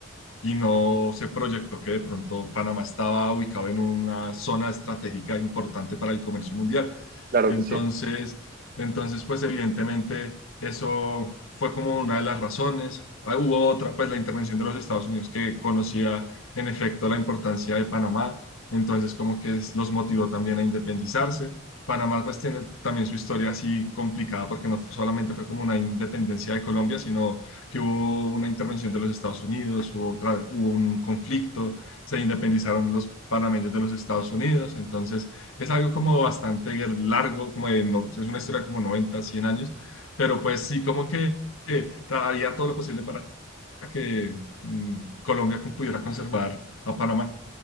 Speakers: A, on the left; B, on the right.
A: y no se proyectó que de pronto Panamá estaba ubicado en una zona estratégica importante para el comercio mundial.
B: claro
A: Entonces,
B: que sí.
A: entonces pues evidentemente eso fue como una de las razones. Ah, Hubo otra, pues la intervención de los Estados Unidos que conocía en efecto la importancia de Panamá entonces, como que es- los motivó también a independizarse. Panamá pues tiene también su historia así complicada porque no solamente fue como una independencia de Colombia, sino que hubo una intervención de los Estados Unidos, hubo otra, hubo un conflicto, se independizaron los panameños de los Estados Unidos, entonces es algo como bastante largo, como de no- es una historia como 90 100 años, pero pues sí como que eh, haría todo lo posible para que mm, Colombia pudiera conservar a Panamá.